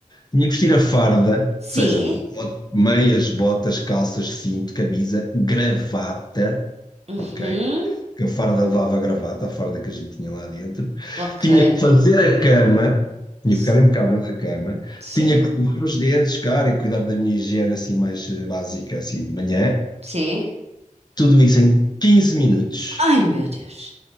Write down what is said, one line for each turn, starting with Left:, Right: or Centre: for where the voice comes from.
Left: Tinha que vestir a farda, ou
Right: Sim.
Left: seja, bot- meias, botas, calças, cinto, camisa, gravata,
Right: Uhum.
Left: ok? Porque a farda levava gravata, a farda que a gente tinha lá dentro.
Right: Ok.
Left: Tinha que fazer a cama, tinha
Right: Ce-
Left: que ficar impecável a cama.
Right: Certo.
Left: Tinha que lavar os dentes, cara, e cuidar da minha higiene assim mais eh, básica, assim de manhã.
Right: Sim.
Left: Tudo isso em 15 minutos.
Right: Ai, meu Deus.